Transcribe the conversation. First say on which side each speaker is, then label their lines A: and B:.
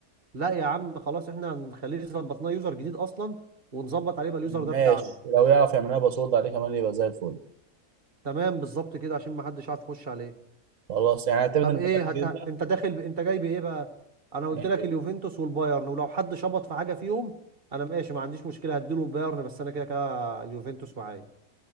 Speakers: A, on the right (about 40°); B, on the right (about 60°).
A: لا يا عم خلاص احنا هنخليه ظبطناه يوزر جديد اصلا ونظبط عليه بقى اليوزر
B: ماشي
A: ده بتاعنا
B: لو يعرف يعمل لنا باسورد عليه كمان يبقى زي الفل
A: تمام بالظبط كده عشان ما حدش عارف يخش عليه
B: خلاص يعني اعتمد
A: طب
B: المكان
A: ايه
B: الجديد
A: هت... انت داخل ب... انت جاي بايه بقى انا قلت
B: ده
A: لك اليوفنتوس والبايرن ولو حد شبط في حاجه فيهم انا ماشي ما عنديش مشكله هديله البايرن بس انا كده كده اليوفنتوس معايا